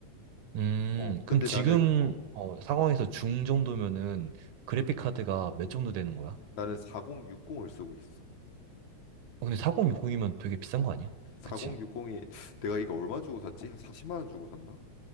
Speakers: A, on the right; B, on the left.
A: 음,
B: 어, 근데
A: 그럼 지금
B: 나는 어,
A: 어, 상황에서 중 정도면은 그래픽 카드가 몇 정도 되는 거야?
B: 나는 4060을 쓰고 있어.
A: 어, 근데 4060이면 되게 비싼 거 아니야?
B: 4060이
A: 그치?
B: 내가 이거 얼마 주고 샀지? 한 40만 원 주고 샀나?